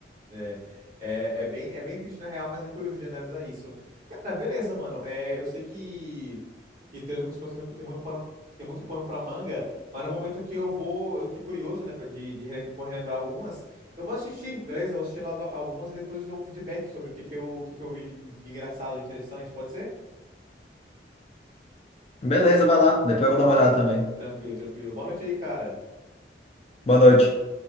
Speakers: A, on the right (about 50°); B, on the left (about 35°).
A: É, é, é bem, é bem triste na real, mas é curioso de analisar isso. Cara, beleza, mano. É, eu sei que, que teoria da conspiração tem tem muito pano, tem muito pano pra manga, mas no momento que eu vou, eu fiquei curioso, né, de, de relem- por relembrar algumas, eu vou assistir, beleza? Eu vou assistir lá algumas e depois eu te dou um feedback sobre o que que eu, o que que eu vi de de engraçado, de interessante, pode ser?
B: Beleza, vai lá. Depois eu vou dar uma olhada também.
A: Tranquilo, tranquilo. Boa noite aí, cara.
B: Boa noite.